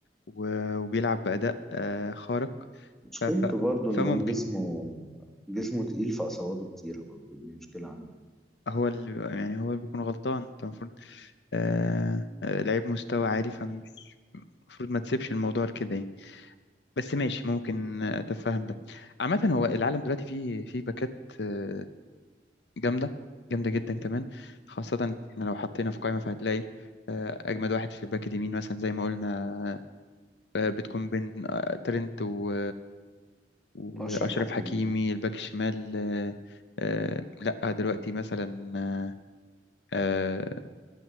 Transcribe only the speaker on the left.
و- وبيلعب بأداء آه، خارق
ف- ف-
فممكن
هو اللي يعني هو اللي بيكون غلطان انت المفروض آه آه، لعيب مستوى عالي المفروض ما تسيبش الموضوع لكده يعني بس ماشي ممكن اتفهم ده عامة هو العالم دلوقتي فيه فيه باكات آه، جامدة جامدة جدا كمان خاصة إحنا لو حطينا في قائمة فهتلاقي آه، أجمد واحد في الباك اليمين مثلا زي ما قلنا آه، بتكون بين آه، ترنت و... وأشرف
حكيمي الباك الشمال آه، آه، لأ دلوقتي مثلا آه، آه،